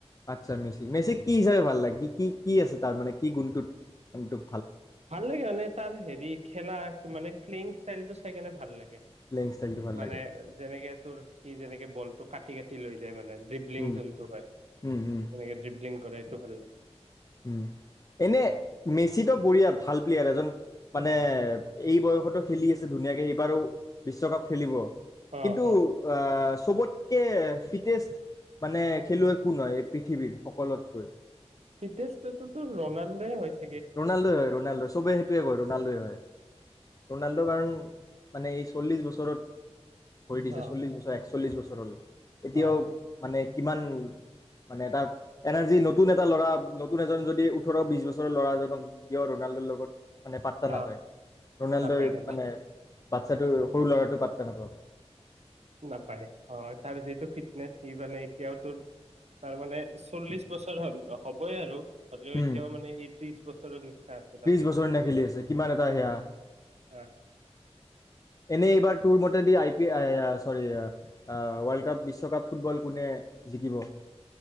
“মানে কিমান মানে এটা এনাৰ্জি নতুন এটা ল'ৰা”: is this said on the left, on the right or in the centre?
Left